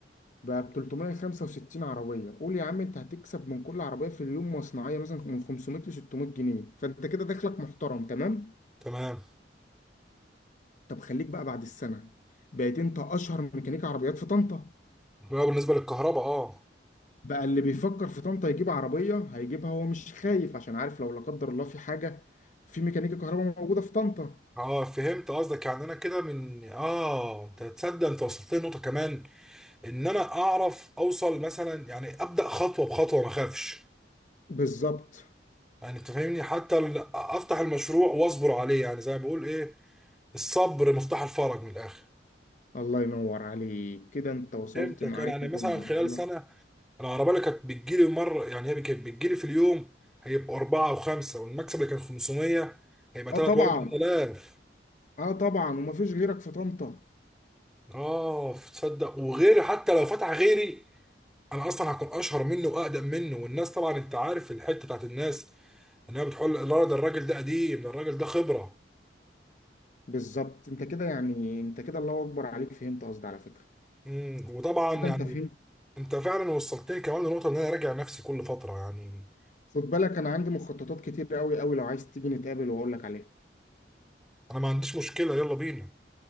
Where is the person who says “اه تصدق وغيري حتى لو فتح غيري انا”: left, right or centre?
Centre